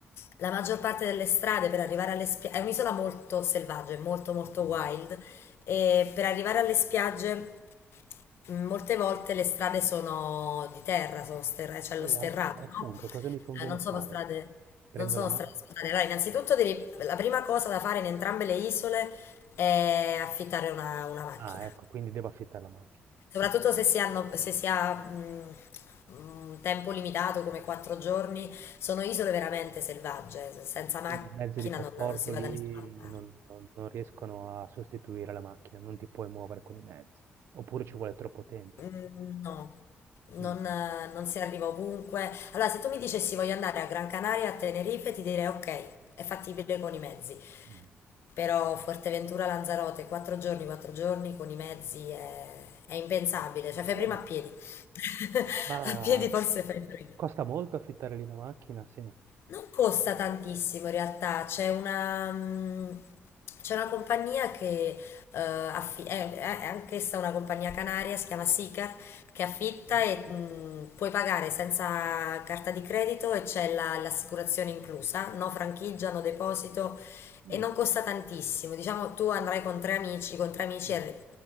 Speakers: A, on the left; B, on the right.
A: la maggior parte delle strade per arrivare alle spiagge è un'isola molto selvaggia, è molto molto
B: mh.
A: wild e per arrivare alle spiagge mh, molte volte le strade sono di terra, sono sterra- c'è lo
B: E
A: sterrato,
B: a e appunto
A: no?
B: cosa mi conviene
A: Eh, non
B: fare?
A: sono strade,
B: Prendo
A: non sono
B: la ma
A: strade asfaltate. Allora, innanzitutto devi- la prima cosa da fare in entrambe le isole è affittare una, una macchina.
B: ah ecco, quindi devo affittare la macchina.
A: Soprattutto se si hanno, se si ha mh, un tempo limitato come quattro giorni, sono isole veramente selvagge, senza
B: Quindi
A: macchina
B: i mezzi di trasporto
A: non, non si va
B: lì
A: da nessuna parte.
B: non non non riescono a sostituire la macchina, non ti puoi muovere con i mezzi, oppure ci vuole troppo tempo.
A: Mm, no,
B: Mh,
A: non, eh, non si arriva ovunque. Allora, se tu mi dicessi voglio andare a Gran Canaria, a Tenerife, ti direi ok, è fattibile con i mezzi.
B: mh.
A: Però Fuerteventura, Lanzarote, quattro giorni, quattro giorni con i mezzi è, è impensabile, cioè
B: Vabbè,
A: fai prima a piedi. <laughs>
B: ma
A: A piedi forse fai prima.
B: costa molto affittare lì una macchina? Sì.
A: Non costa tantissimo in realtà, c'è una, mm, c'è una compagnia che eh, affi- è, è anch'essa una compagnia canaria, si chiama Sicar, che affitta
B: Mh-mh.
A: e mm, puoi pagare senza carta di credito e c'è la- l'assicurazione inclusa, no franchigia, no deposito
B: Mh,
A: e non costa tantissimo. Diciamo tu andrai con tre amici, con tre amici
B: mh.
A: arri-